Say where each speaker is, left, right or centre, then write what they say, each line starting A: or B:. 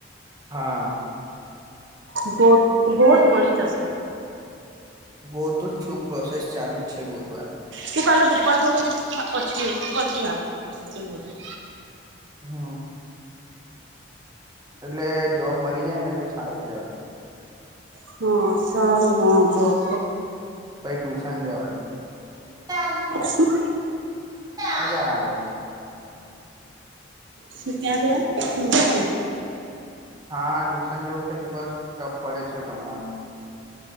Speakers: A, on the right; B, on the right.
A: હા
B: ગો ગોઠ મળી જશે
A: ગોતું જ છું પ્રોસેસ ચાલુ જ છે ગોતવાન
B: તું કાલે પપ્પા જોડું પછી પછી વાત કરશ એ બધું
A: હમ એટલે જોબ મળી જાયને તો સાર કેવા
B: હા સારું હા જોત
A: પાઈ ટુશન જવા
B: શું
A: અજ્યા આવે
B: શજ દવાજણ
A: હા ટુશન જેવું છે ની ટપ પડે છે ભણવાનું